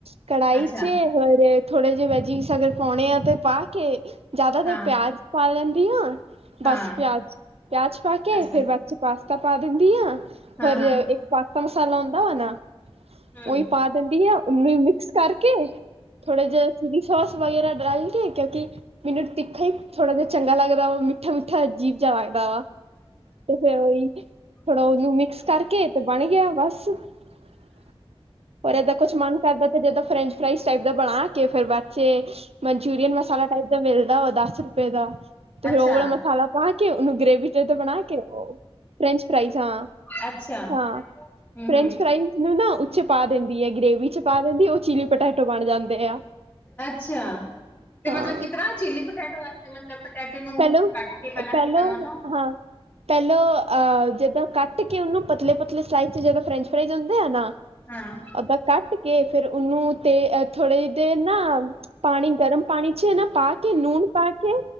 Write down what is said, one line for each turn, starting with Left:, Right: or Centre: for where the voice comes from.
Right: ਕੜਾਹੀ
Left: ਅੱਛਾ
Right: 'ਚ ਔਰ ਥੋੜੇ ਜਿਹੇ ਵੈਜੀਸ ਅਗਰ ਪਾਉਣੇ ਆ ਤੇ ਪਾ ਕੇ ਜਿਆਦਾਤਰ
Left: ਹਾਂ
Right: ਪਿਆਜ ਪਾ ਲੈਂਦੀ ਹਾਂ। ਬਸ
Left: ਹਾਂ
Right: ਪਿਆਜ, ਪਿਆਜ ਪਾ ਕੇ
Left: ਅੱਛਾ
Right: ਫੇਰ ਬਾਅਦ 'ਚ ਪਾਸਤਾ ਪਾ ਦਿੰਦੀ ਆ।
Left: ਹਾਂ
Right: ਹੋਰ
Left: ਹਾਂ
Right: ਇੱਕ ਪਾਸਤਾ ਮਸਾਲਾ ਹੁੰਦਾ ਵਾ ਨਾ
Left: ਹੂੰ
Right: ਉਹੀ ਪਾ ਦਿੰਦੀ ਆ ਉਹਨੂੰ ਮਿਕਸ ਕਰਕੇ, ਥੋੜਾ ਜਿਹਾ ਸੀ ਚ ਸੋਸ ਵਗੈਰਾ ਡਾਲ ਕੇ ਕਿਉਂਕਿ, ਮੈਨੂੰ ਤਿੱਖਾ ਥੋੜ੍ਹਾ ਜਿਹਾ ਚੰਗਾ ਲੱਗਦਾ ਵਾ ਮਿੱਠਾ ਮਿੱਠਾ ਅਜੀਬ ਜਾ ਲਗਦਾ ਵਾ ਤੇ ਫਿਰ ਉਹੀ ਥੋੜਾ ਉਹਨੂੰ ਮਿਕਸ ਕਰਕੇ ਬਣ ਗਿਆ ਬਸ, ਹੋਰ ਏਦਾਂ ਕੁਛ ਮਨ ਕਰਦਾ ਜਦੋਂ ਫਰੈਂਚ ਫਰਾਾਈਜ਼ ਟਾਈਪ ਦਾ ਬਣਾ ਕੇ ਫ਼ਿਰ ਬਾਅਦ 'ਚ ਮਨਚੂਰੀਅਨ ਮਸਾਲਾ ਟਾਈਪ ਮਿਲਦਾ ਵਾ ਦਸ ਰੁਪਏ ਦਾ। ਤੇ
Left: ਅੱਛਾ
Right: ਫੇਰ ਉਹ ਵਾਲਾ ਮਸਾਲਾ ਪਾ ਕੇ ਉਹਨੂੰ ਗ੍ਰੇਵੀ ਦੇ ਦੋ ਬਣਾ ਕੇ, ਉਹ ਫਰੈਂਚ ਫਰਾਇਜ ਹਾਂ
Left: ਅੱਛਾ,
Right: ਹਾਂ
Left: ਹੂੰ-ਹੂੰ,
Right: ਫਰੈਂਚ ਫਰਾਈਜ਼ ਨੂੰ ਨਾ ਉਹ 'ਚ ਪਾ ਦਿੰਦੀ ਹੈ ਗ੍ਰੇਵੀ 'ਚ ਪਾ ਦਿੰਦੀ ਉਹ ਚੀਲੀ ਪੋਟੈਟੋ ਬਣ ਜਾਂਦੇ ਆ।
Left: ਅੱਛਾ, ਤੇ
Right: ਹਾਂ
Left: ਮਤਲਬ ਕੀ ਤਰ੍ਹਾਂ ਚਿੱਲੀ ਪਟੈਟੋ ਵਾਸਤੇ ਮਤਲਬ ਪਟੈਟੋ ਨੂੰ,
Right: ਪਹਿਲੋਂ
Left: ਕੱਟ ਕੇ ਪਹਿਲਾਂ
Right: ਪਹਿਲੋਂ
Left: ਕੀ ਪਹਿਲਾਂ
Right: ਹਾਂ, ਪਹਿਲਾਂ ਅਹ ਜਦਾਂ ਕੱਟ ਕੇ ਉਹਨੂੰ ਪਤਲੇ-ਪਤਲੇ ਸਲਾਈ ਚ ਜਦੋਂ ਫਰੈਂਚ ਫਰਾਈਜ਼ ਹੁੰਦੇ ਆ ਨਾ,
Left: ਹਾਂ,
Right: ਓਦਾਂ ਕੱਟ ਕੇ ਫੇਰ ਉਹਨੂੰ ਤੇ ਥੋੜੀ ਦੇਰ ਨਾ, ਪਾਣੀ ਗਰਮ ਪਾਣੀ 'ਚ ਇਹ ਨਾ ਪਾ ਕੇ ਨੂਨ ਪਾ ਕੇ